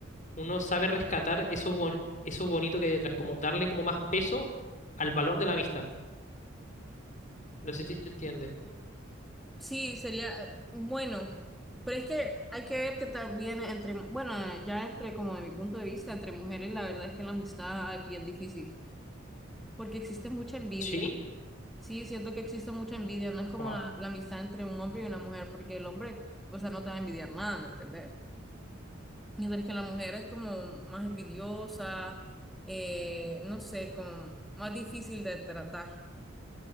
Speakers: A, on the left; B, in the centre.
A: uno sabe rescatar eso, bon- eso bonito que hay detrás, como darle como más peso al valor de la amistad. No sé si se entiende.
B: Sí, sería eh, bueno, pero es que hay que ver que también entre, bueno, ya entre como de mi punto de vista, entre mujeres la verdad es que la amistad es bien difícil, porque existe mucha envidia.
A: ¿Sí?
B: Sí, siento que existe mucha envidia, no es como
A: Guau,
B: la, la amistad entre un hombre y una mujer, porque el hombre, o sea, no te va a envidiar nada, ¿me entiendes? Mientras que la mujer es como más envidiosa, eh, no sé, como más difícil de tratar.